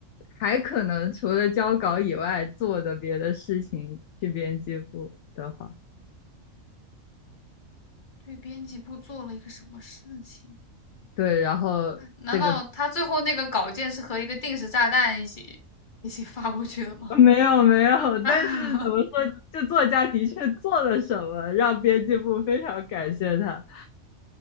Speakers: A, on the left (about 65°); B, on the left (about 40°).
A: 还可能除了交稿以外做的别的事情，去编辑部的话，
B: 对编辑部做了一个什么事情？
A: 对，然后这个。
B: 难道他最后那个稿件是和一个定时炸弹一起一起发过去的吗？
A: <laughs> 没有没有，但是怎么说，
B: <laughs> 啊
A: 这作家的确做了什么，让编辑部非常感谢他。